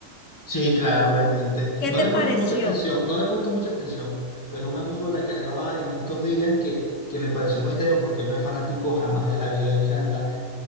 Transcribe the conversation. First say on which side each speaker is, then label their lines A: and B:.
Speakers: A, on the left; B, on the left.
A: Sí, claro, obviamente.
B: ¿Qué
A: No
B: te
A: le
B: pareció?
A: he puesto mucha atención, no le he puesto mucha atención, pero un amigo la cargaba en estos días que, que me pareció muy extraño porque él no es fanático jamás de la vida de Miranda